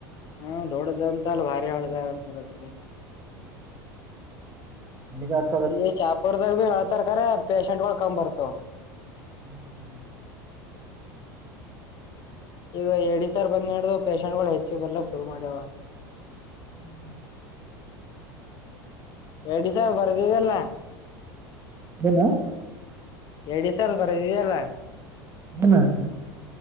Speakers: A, on the left; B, on the right.
A: ಹಾ ದೊಡ್ಡದಂತ ಅಲ್ಲ ಭಾರಿ ಹಳ್ದ ಅಂತತ್ತೀರಲ್ಲ.
B: ಅಮಗ <inaudible>
A: ಇಲ್ಲಿ ಶಾಪುರ್ದಾಗ ಭಿಹೇಳ್ತರ್ ಕರೆ ಪೇಶೆಂಟ್ಗಳು ಕಮ್ಮಬರ್ತಾವ.
B: ಹಾ ಹ <inaudible>
A: ಈಗ ಎಡಿ ಸರ್ ಬಂದ್ ನೋಡು ಪೇಶಷಂಟ್ಗಳು ಹೆಚ್ಚಗೆ ಬರ್ಲಕ್ ಶುರು ಮಾಡ್ಯಾವ.
B: ಹ್ಮ್ <inaudible>
A: ಎಡಿಿಸಾವ ಬದಲ್ಲ ನ <unintelligible>
B: ಎನೂ
A: ಎಡಿ ಸರ್ ಬರದೆಯಿಲ್ಲಾ
B: ಹನಾ <inaudible>